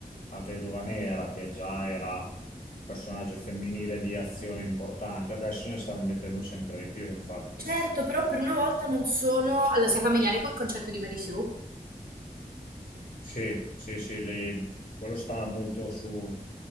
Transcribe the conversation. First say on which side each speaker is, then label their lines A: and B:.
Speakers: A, on the left; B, on the right.
A: la Vedova Nera, che già era un personaggio femminile di azione importante. Adesso ne stanno mettendo sempre di più, infatti.
B: Certo, però per una volta non sono... Allora, sei familiare col concetto di Mary Sue?
A: Sì, sì, sì, le- quello sta molto su